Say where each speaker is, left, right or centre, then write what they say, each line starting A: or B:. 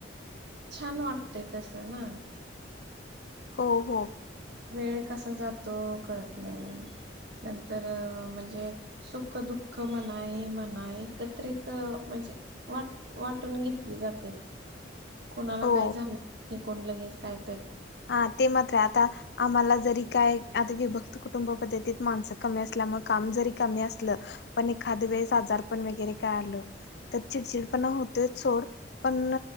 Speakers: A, on the right (about 65°); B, on the left (about 60°).
A: छान वाटतेय तसं ना.
B: हो हो.
A: वेळ कसा जातो कळत नाही, नंतर म्हणजे सुख दुःख म्हणा आहे म्हणा एकत्रित म्हणजे वाट वाटून घेतली जाते. कोणाला
B: हो
A: काय झालं? कि कोण लगेच काय
B: हा ते मात्र आता आम्हाला जरी काय आता विभक्त कुटुंब पद्धतीत माणसं कमी असल्यामुळे काम जरी कमी असलं पण एखाद वेळेस आजार पण वगैरे काय आलं तर चिडचिड पण होतयच सोड पण